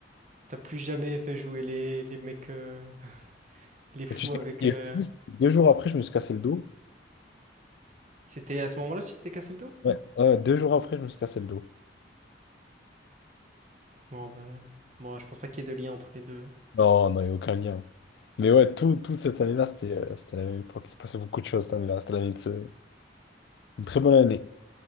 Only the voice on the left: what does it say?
Et tu sais
que ce qui
est fou, c'est que deux jours après, je me suis cassé le dos.
Ouais. Ouais, deux jours après, je me suis cassé le dos.
Non, non, il n'y a aucun lien. Mais ouais, tout, toute cette année-là, c'était euh, c'était la même époque. Il se passait beaucoup de choses cette année-là. C'était l'année de ce... une très bonne année.